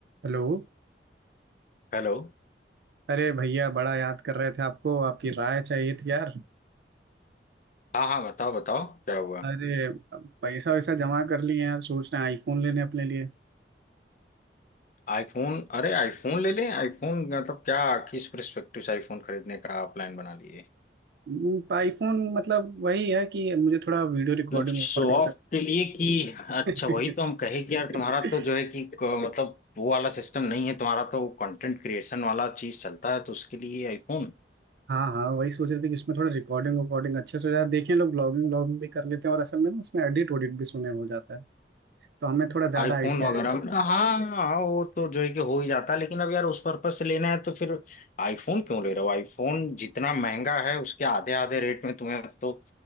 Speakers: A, on the right; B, on the left.
A: Hello
B: Hello
A: अरे भैया बड़ा याद कर रहे थे आपको आपकी राय चाहिए थी यार
B: हाँ हाँ बताओ बताओ क्या हुआ
A: अरे पैसा वैसा जमा कर लिए हैं यार सोच रहे हैं आईफोन लेने अपने लिए
B: आईफोन अरे आईफोन ले लें आईफोन मतलब क्या किस पर्सपेक्टिव से आईफोन खरीदने का प्लान बना लिए
A: हम्म, आईफोन मतलब वही है कि मुझे थोड़ा वीडियो रिकॉर्डिंग
B: मतलब
A: रिकॉर्डिंग
B: शो ऑफ के लिए कि अच्छा
A: कर
B: वही तो हम कहे कि यार तुम्हारा
A: <laughs>
B: तो जो है कि क- मतलब वो वाला सिस्टम नहीं है तुम्हारा तो कंटेंट क्रिएशन वाला चीज चलता है तो उसके लिए आईफोन
A: हाँ हाँ वही सोच रहे थे कि इसमें थोड़ा रिकॉर्डिंग वकॉर्डिंग अच्छे से हो जाए देखें लोग ब्लॉगिंग व्लॉगिंग भी कर लेते हैं और असल में ना उसमें एडिट वडिट भी सुने हो जाता है तो हमें थोड़ा ज़्यादा
B: आईफोन
A: आइडिया
B: वगैरह में हाँ हाँ वो तो जो है कि हो ही जाता है लेकिन अब यार उस पर्पज से लेना है तो फिर आईफोन क्यों ले रहे हो आईफोन जितना महंगा है उसके आधे आधे रेट में तुम्हें तो